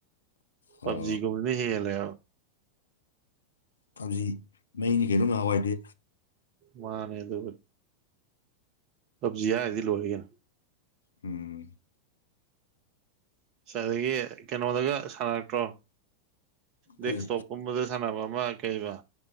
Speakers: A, on the right; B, on the left.
A: ꯄꯕꯖꯤ
B: ꯑꯣ
A: ꯀꯨꯝꯃꯤꯅ ꯍꯂ
B: ꯄꯕꯖꯤ ꯃꯩꯅꯤ ꯀꯩꯅꯣꯝ ꯅꯍꯥꯟꯋꯥꯏꯗꯦ
A: ꯃꯥꯅꯦ ꯑꯗꯨ ꯄꯞꯖꯤ ꯍꯥꯏꯔꯗꯤ ꯂꯣꯏꯒꯅ
B: ꯎꯝ
A: ꯑꯗꯒꯤ ꯀꯩꯅꯣꯗꯒ ꯁꯥꯟꯅꯔꯛꯇ꯭ꯔꯣ
B: ꯀꯩ
A: ꯗꯦꯁꯁꯇꯣꯞꯀꯨꯝꯕꯗ ꯁꯥꯟꯅꯕ ꯑꯃ ꯀꯩꯕ